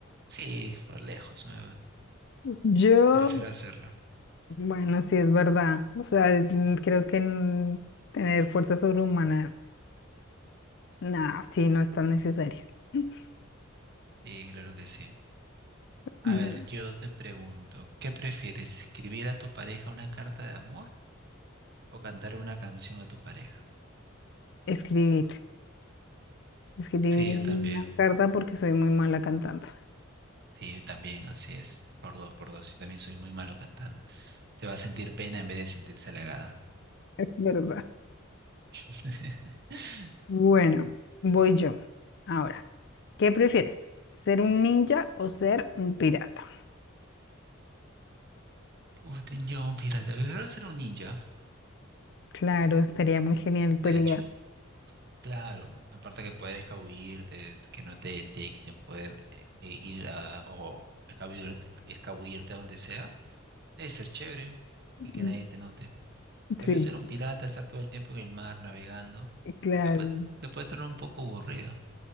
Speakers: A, on the right (about 55°); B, on the left (about 60°).
A: Sí, por lejos, me-
B: Yo,
A: prefiero hacerlo.
B: bueno, sí es verdad. O sea, mm, creo que mm, tener fuerza sobrehumana, nada, sí, no es tan necesario. <laughs>
A: Sí, claro que sí. A
B: Mm,
A: ver, yo te pregunto, ¿qué prefieres? ¿Escribir a tu pareja una carta de amor o cantar una canción a tu pareja?
B: Escribir, escribir
A: Sí, yo
B: una
A: también.
B: carta porque soy muy mala cantando.
A: Sí, yo también, así es. Por dos, por dos. Yo también soy muy malo cantando. Se va a sentir pena en vez de sentirse halagada.
B: es verdad.
A: <laughs>
B: Bueno, voy yo. Ahora, ¿qué prefieres? ¿Ser un ninja o ser un pirata?
A: Uf, ninja un pirata. Prefiero ser un ninja,
B: Claro, estaría muy genial
A: de
B: pelear.
A: hecho. Claro, aparte que poder escabullirte, que no te detecten, poder eh, eh, ir a, o escabullirte, escabullirte a donde sea, debe ser chévere, sin que
B: Mm,
A: nadie te note. En cambio,
B: Sí,
A: ser un pirata, estar todo el tiempo en el mar navegando,
B: claro.
A: se puede, se puede tornar un poco aburrido.